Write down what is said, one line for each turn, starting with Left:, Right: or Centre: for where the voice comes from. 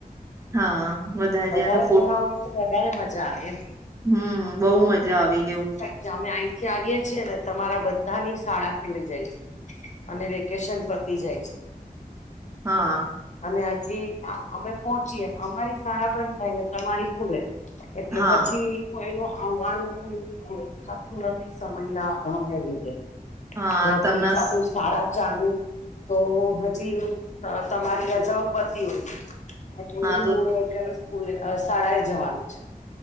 Right: હા.
Left: વધારે
Right: ત્યાં તો
Left: જણા હોય તો વધારે મજા આવે એમ.
Right: હમમ બઉ મજા
Left: અમારે
Right: આવી ગયું
Left: શુ થાય છે અમે અહીંથી આવીએ છીએ ને તમારા બધાની શાળા ખુલી જાય છે. અને વેકેશન પતી જાય છે.
Right: હા.
Left: અને હજી અ અમે પોહોચીએ અમારી શાળા બંધ થાયને તમારી ખુલે. એટલે
Right: હા
Left: પછી કોઈ વાર આવુ <unintelligible> થતું નથી સમય ના અભાવને લીધે
Right: હા
Left: નોકરી
Right: તમના
Left: ચાલુ, શાળા ચાલુ તો હજી તમારી રજાઓ પતી હોય. એટલે
Right: હા
Left: ઈ
Right: તો
Left: મોર્ય મૂળ કે સ્કૂલે શાળા એ જવાનું છે.